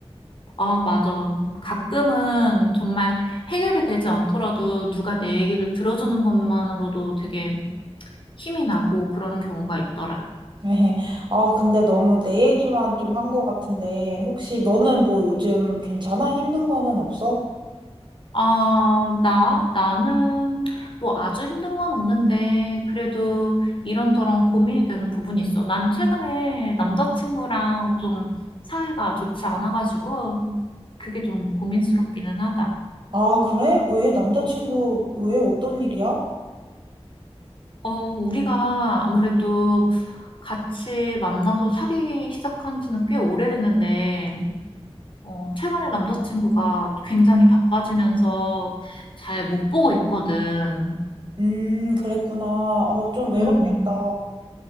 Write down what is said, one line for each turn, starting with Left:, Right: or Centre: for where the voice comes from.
Left: 아, 맞아. 가끔은 정말 해결이 되지 않더라도 누가 내 얘기를 들어주는 것만으로도 되게 힘이 나고 그러는 경우가 있더라.
Right: <laughs> 아, 근데 너무 내 얘기만 좀 한 것 같은데 혹시 너는 뭐 요즘 괜찮아? 힘든 거는 없어?
Left: 아, 나, 나는 뭐 아주 힘든 건 없는데 그래도 이런저런 고민이 되는 부분이 있어. 난 최근에 남자친구랑 좀 사이가 좋지 않아가지고 그게 좀 고민스럽기는 하다.
Right: 아, 그래? 왜 남자친구 왜 어떤 일이야?
Left: 어, 우리가 아무래도 같이 만나서 사귀기 시작한 지는 꽤 오래됐는데, 어, 최근에 남자친구가 굉장히 바빠지면서 잘 못 보고 있거든.
Right: 음, 그랬구나. 어, 좀 외롭겠다.
Left: 음.